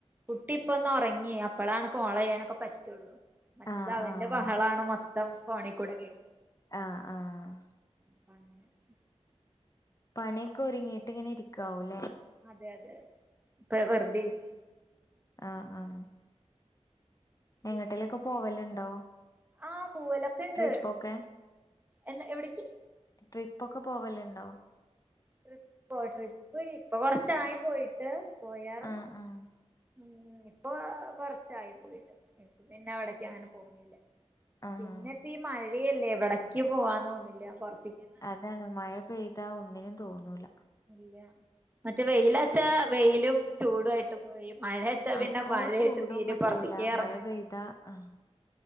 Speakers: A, on the right; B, on the left.
A: കുട്ടി ഇപ്പൊ ഒന്ന് ഒറങ്ങി അപ്പളാണ് കോൾ ചെയ്യാനൊക്കെ പറ്റുള്ളൂ മറ്റേത്
B: ആഹ്
A: അവന്റെ
B: ആഹ്
A: ബഹളാണ് മൊത്തം ഫോണിക്കൂടെ കേ
B: ആഹ് ആഹ്
A: <inaudible>
B: പണിയൊക്കെ ഒരുങ്ങീട്ട് ഇങ്ങനെ ഇരിക്കാവും ല്ലേ
A: അതെ അതെ അതെ ഇപ്പൊ വെറുതെ ഇരി
B: ആഹ് ആഹ്
A: പിന്നെ
B: എങ്ങട്ടേലൊക്കെ പോവലുണ്ടോ
A: ആഹ് പൂവലൊക്കെണ്ട്
B: ട്രിപ്പൊക്കെ
A: എന്താ എവിടേക്ക്
B: ട്രിപ്പ ഒക്കെ പോവലുണ്ടോ
A: ട്രിപ്പോ ട്രിപ്പ് ഇപ്പൊ കൊറച്ചായി പോയിട്ട് പോയറ്ന്നു
B: ആഹ് ആഹ്
A: ഉം ഇപ്പോ കൊറച്ചായി പോയിട്ട് ഇപ്പ പിന്നെ അവിടേക്ക് അങ്ങനെ പോണില്ല
B: ആഹ്
A: പിന്നെ ഇപ്പം ഈ മഴയല്ലേ എവിടക്ക് പോവാൻ തോന്നില്ല പുറ
B: അതാണ് മഴ പെയ്താ ഒന്നിനും തോന്നൂല
A: ഇല്ല മറ്റേ വെയിലാച്ചാ വെയിലും ചൂടും ആയിട്ട് പോയി മഴ പിന്നെ
B: അപ്പോ
A: മഴയായിട്ട്
B: ചൂടും
A: തീരെ
B: പറ്റൂല
A: പുറത്തേക്കേ ഇറങ്ങാൻ
B: മഴ പെയ്താ ആഹ്